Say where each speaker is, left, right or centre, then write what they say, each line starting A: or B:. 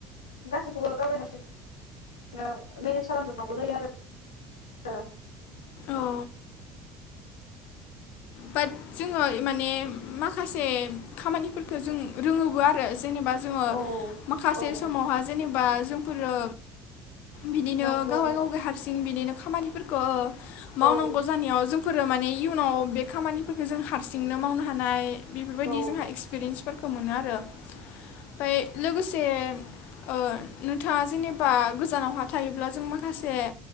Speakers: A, on the left; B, on the left.
A: गासैखौबो गावै हारसिंनो मेनेज खालामजोबनांगौ जायो आरो ओ
B: औ बाट जोङो माने माखासे खामानिफोरखौ जों रोङोबो आरो जेनेबा जोङो
A: औ
B: माखासे
A: औ
B: समावहा जेनेबा जों फोरो बिदिनो
A: नंगौ
B: गावा-गावगै हारसिं बिदिनो खामानिफोरखौ मावनांगौ
A: औ
B: जानायाव जों फोरो माने इयुनाव बे खामानिफोरखौ जों हारसिंनो मावनो हानाय बेफोरबायदि
A: औ
B: जोंहा इक्सपिरियेन्सफोरखौ मोनो आरो ओमफाय लोगोसे ओ नोंथाङा जेनेबा गोजानावहा थायोब्ला जों माखासे